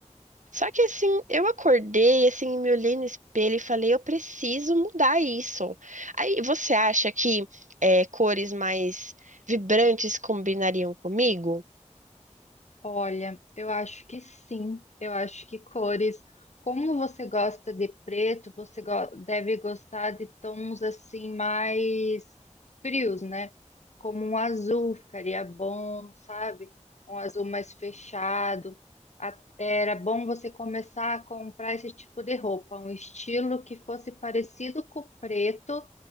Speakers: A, on the right; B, on the left.
A: Só que assim, eu acordei, assim, me olhei no espelho e falei, eu preciso mudar isso. Aí, você acha que é, cores mais vibrantes combinariam comigo?
B: Olha, eu acho que sim. Eu acho que cores, como você gosta de preto, você go- deve gostar de tons assim mais frios, né? Como um azul ficaria bom, sabe? Um azul mais fechado. A- Era bom você começar a comprar esse tipo de roupa, um estilo que fosse parecido com o preto.